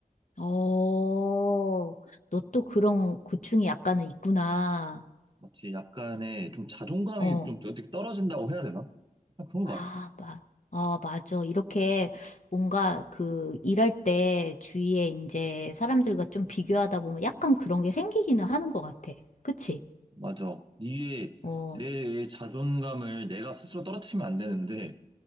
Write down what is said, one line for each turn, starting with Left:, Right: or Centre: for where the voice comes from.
Left: 어, 너 또 그런 고충이 약간은 있구나.
Right: 마치 약간의 좀 자존감이
Left: 어,
Right: 좀 어떻게 떨어진다고 해야 되나? 약간 그런
Left: 아,
Right: 것 같아.
Left: 마, 아, 맞아. 이렇게 뭔가 그 일할 때 주위에 이제 사람들과 좀 비교하다 보면 약간 그런 게 생기기는 하는 것 같아. 그치?
Right: 맞아. 이게
Left: 어,
Right: 내 자존감을 내가 스스로 떨어뜨리면 안 되는데